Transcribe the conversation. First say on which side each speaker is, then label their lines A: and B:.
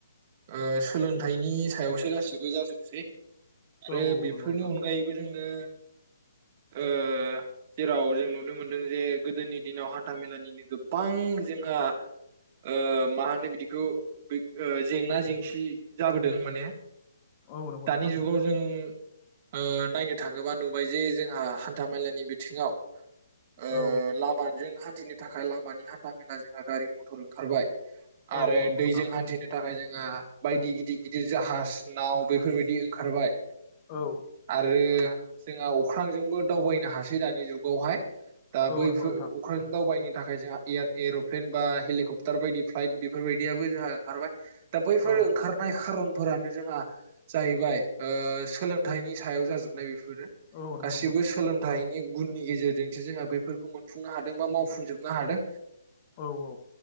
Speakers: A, on the right; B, on the left.
A: ओ सोलोंथाइनि सायावसो गाैबो जाजोबसै आरो
B: औ
A: बेफोरनि
B: नंगौ नोंथां
A: अनगायैबो जोङो ओ जेराव जों नुनो मोनदों जे गोदोनि दिनाव हान्था मेलानिनो गोबां जोंहा ओ मा होनो बिदि खौ जेंना जेंसि जाबोदों माने
B: औ नंगौ
A: दानि
B: नोंथां
A: जुगाव जों ओ नायनो थाङोबा नुबाय जे जोंहा हान्था मेलानि बिथिङाव ओ
B: औ
A: लामा जों थिनि थाखाय लामानि हान्था मेला जोंहा गारि मथर ओंखारबाय
B: औ
A: आरो
B: नंगौ
A: दैजों
B: नोंथां
A: हान्थिनो थाखाय जों ना बायदि गिदिर गिदिर जाहाज नाव बेफोरबायदि ओंखारबाय
B: औ
A: आरो जोंहा अख्रांजोंबो दावबायनो हासै दानि जुगावहाय दा
B: औ
A: बैफोर
B: नंगौ नोंथां
A: अख्राजों दावबायनो थाखाय जोंहाय एरप्लेन बा हेलिकप्टार बायदि फ्लाइट बेफोरबायदियाबो जोंहा ओंखारबाय दा बैफोर
B: औ
A: ओंखारनाय खारन फोरानो जोंहा जाहैबाय ओ सोलोंथाइनि सायाव जाजोबनाय बे फोरो
B: औ नंगौ
A: गासिबो
B: नंगौ नोंथां
A: सोलोंथाइनि गुननि गेजेरजोंसो जोंहा बेफोरखौ मोनफुंनो हादों बा मावफुंजोबनो हादों
B: औ औ